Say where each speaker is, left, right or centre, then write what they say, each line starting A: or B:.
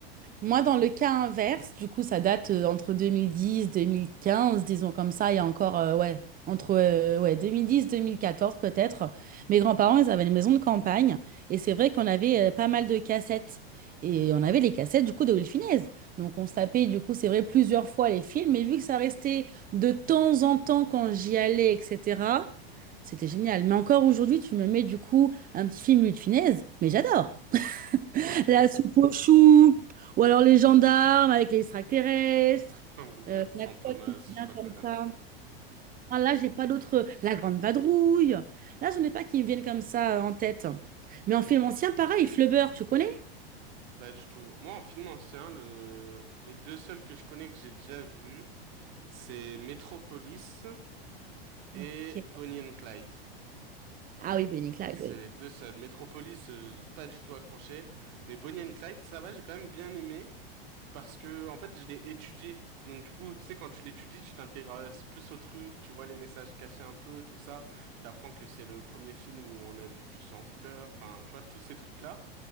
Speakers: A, on the right; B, on the right.
A: Moi, dans le cas inverse, du coup, ça date euh, entre 2010, 2015, disons comme ça, il y a encore, euh, ouais, entre euh, ouais, 2010, 2014 peut-être. Mes grands-parents, ils avaient une maison de campagne et c'est vrai qu'on avait euh, pas mal de cassettes. Et on avait les cassettes du coup de Will Finesse. Donc on se tapait du coup, c'est vrai, plusieurs fois les films, mais vu que ça restait de temps en temps quand j'y allais, etc., c'était génial. Mais encore aujourd'hui, tu me mets du coup un petit film Will Finesse, mais j'adore.
B: Ok,
A: La soupe aux choux, ou alors les gendarmes avec les extraterrestres.
B: oh mon Dieu,
A: Euh,
B: Fantomas,
A: il y a quoi qui
B: je
A: vient
B: sais pas
A: comme
B: quoi
A: ça? Ah, là, j'ai pas d'autres. La Grande Vadrouille. Là, j'en ai pas qui me viennent comme ça euh, en tête. Mais en film ancien, pareil, Flubber, tu connais?
B: Pas du tout. Moi, en film ancien, le... les deux seuls que je connais que j'ai déjà vus, c'est Metropolis et
A: Ok.
B: Bonnie and Clyde.
A: Ah oui, Bonnie et Clyde,
B: C'est
A: oui.
B: les deux seuls. Metropolis, euh, j'ai pas du tout accroché. Mais Bonnie and Clyde, ça va, j'ai quand même bien aimé. Parce que, en fait, je l'ai étudié. Donc, du coup, tu sais, quand tu l'étudies, tu t'intéresses plus au truc, tu vois les messages cachés un peu, tout ça. T'apprends que c'est le premier film où on a vu du sang en couleur. Enfin, tu vois, tous ces trucs-là.